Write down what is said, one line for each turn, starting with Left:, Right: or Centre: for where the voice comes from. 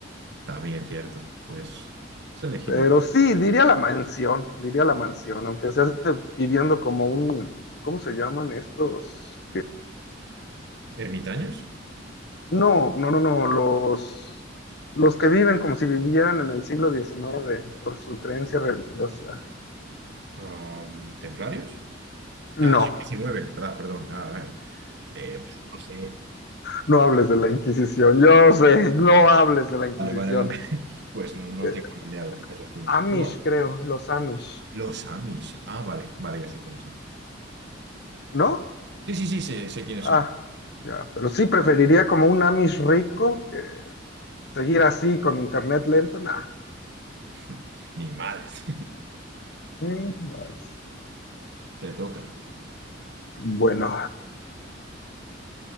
Right: También cierto. Pues has elegido
Left: Pero
Right: bien.
Left: sí, diría la mansión, diría la mansión, aunque sea viviendo como un, ¿cómo se llaman estos?
Right: ermitaños,
Left: No, no, no, no, los, los que viven como si vivieran en el siglo XIX por su creencia religiosa.
Right: Am, templarios.
Left: No,
Right: Ah, 19, ¿verdad? Perdón. Ah, eh, eh, pues, no sé.
Left: no hables de la Inquisición, yo sé, no hables de la Inquisición.
Right: Vale, vale, vale. <laughs> Pues no, no
Left: Eh,
Right: tengo ni idea a lo que te refieres.
Left: Amish,
Right: Pero bueno,
Left: creo, los Amish,
Right: los Amish. Ah, vale, vale, ya sé quiénes son.
Left: ¿no?
Right: Sí, sí, sí, sé, sé quiénes
Left: Ah,
Right: son.
Left: ya, pero sí preferiría como un Amish rico que seguir así con internet lento, nah.
Right: <laughs> Ni madres.
Left: Mm, no es.
Right: <laughs> Te toca.
Left: Bueno,